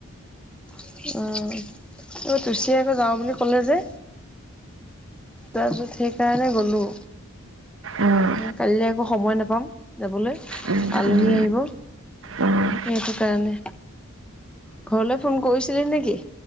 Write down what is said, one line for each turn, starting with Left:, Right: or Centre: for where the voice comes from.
Centre: অ অই তুচিয়াকে যাও বুলি ক'লে যে তাৰ পিছত সেইকাৰণে গ'লো
Right: উম
Centre: কালিলে আকৌ সময় নাপাম যাবলৈ
Right: উম
Centre: আলহী
Right: উম
Centre: আহিব
Right: উম
Centre: সেইটো কাৰণে ঘৰলৈ ফোন কৰিছিলি নেকি